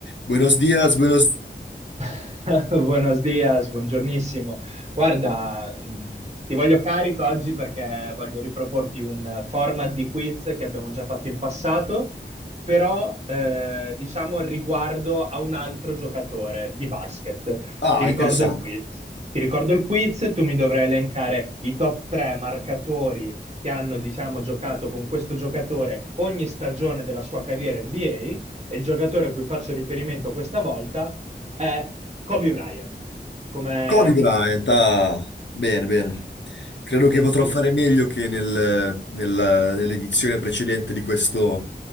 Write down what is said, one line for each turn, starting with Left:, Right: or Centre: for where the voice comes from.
Left: Buenos días, buenos...
Right: <laughs> Buenos dias, buongiornissimo. Guarda, mh, ti voglio carico oggi perché voglio riproporti un format di quiz che abbiamo già fatto in passato, però eh, diciamo riguardo a un altro giocatore di basket.
Left: Ah,
Right: Ti ricordo
Left: interessante.
Right: il quiz. Ti ricordo il quiz, tu mi dovrai elencare i top 3 marcatori che hanno, diciamo, giocato con questo giocatore ogni stagione della sua carriera NBA e il giocatore a cui faccio riferimento questa volta è Kobe Bryant. Come
Left: Kobe
Right: ti
Left: Bryant,
Right: senti?
Left: ah, bene, bene. Credo che
Right: Pensi...
Left: potrò fare meglio che nel-
Right: Mm.
Left: nella- nell'edizione precedente di questo,